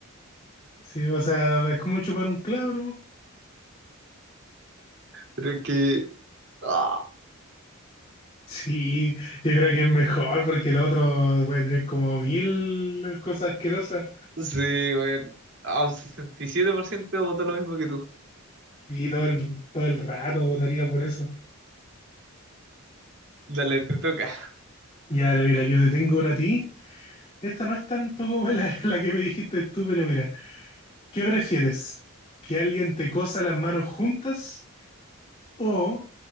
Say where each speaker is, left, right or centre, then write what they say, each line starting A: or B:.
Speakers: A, on the left; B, on the right.
A: Sí, o sea, es como chupar un clavo, ¿no?
B: Pero es que... ¡Ah!
A: Sí, yo creo que es mejor porque el otro puede tener como mil cosas asquerosas
B: Sí, bueno, a un 67% votó lo mismo que tú.
A: y todo el, todo el rato votaría por eso.
B: Dale, te toca.
A: Ya, ahora mira, yo te tengo una a ti. Esta no es tanto como la, <laughs> la que me dijiste tú, pero mira, ¿qué prefieres? ¿Que alguien te cosa las manos juntas o